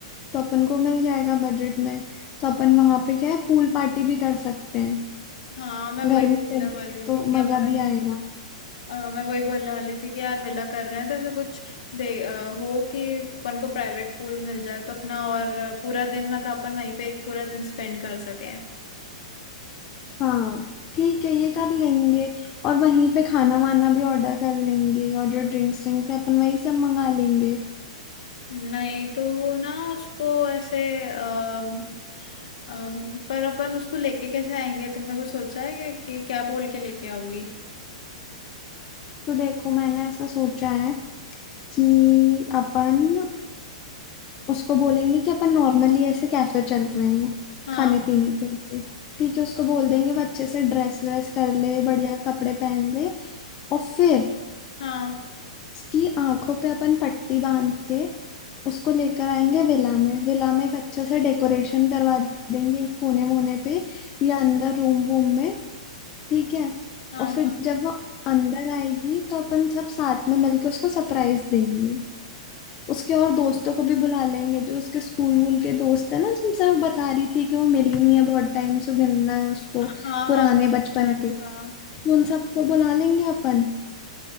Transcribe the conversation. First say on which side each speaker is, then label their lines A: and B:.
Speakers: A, on the left; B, on the left.
A: तो अपन को मिल जाएगा बजट में तो अपन वहां पे क्या है पूल पार्टी भी कर सकते हैं
B: हाँ मैं वही
A: गर्मी
B: बोलने
A: चल रही
B: वाली
A: है तो
B: थी कि
A: मजा
B: अपन
A: भी आएगा
B: अ, मैं वही बोलने वाली थी कि यार विला कर रहे हैं तो ऐसा कुछ दे अ, हो कि अपन को प्राइवेट पूल मिल जाए तो अपना और पूरा दिन मतलब अपन वहीं पे एक पूरा दिन स्पेंड कर सके
A: हाँ ठीक है ये कर लेंगे और वहीं पे खाना वाना भी ऑर्डर कर लेंगे और जो ड्रिंक्स ड्रिंक्स है अपन वहीं से मंगा लेंगे
B: नहीं तो वो ना उसको ऐसे अम, अम, पर अपन उसको लेके कैसे आएंगे तुमने कुछ सोचा है क्या कि क्या बोल के लेके आओगी
A: तो देखो मैंने ऐसा सोचा है कि अपन उसको बोलेंगे कि अपन नॉर्मली ऐसे कैफे चल रहे हैं
B: हाँ
A: खाने पीने के लिए ठीक है उसको बोल देंगे वो अच्छे से ड्रेस व्रेस कर ले बढ़िया कपड़े पहन ले और फिर
B: हाँ
A: उसकी आंखों पे अपन पट्टी बांध के उसको लेकर आएंगे विला में विला में एक अच्छे से डेकोरेशन करवा देंगे एक कोने वोने पे या अंदर रूम वूम में ठीक है
B: हाँ
A: और फिर
B: हाँ
A: जब वो अंदर आएगी तो अपन सब साथ में मिलके उसको सरप्राइज देंगे उसके और दोस्तों को भी बुला लेंगे जो उसके स्कूल वूल के दोस्त है ना जिनसे वो बता रही थी कि वो मिली नहीं है बहुत टाइम से मिलना है उसको
B: हाँ
A: पुराने
B: हाँ
A: बचपन
B: पता
A: के
B: था
A: तो उन सबको बुला लेंगे अपन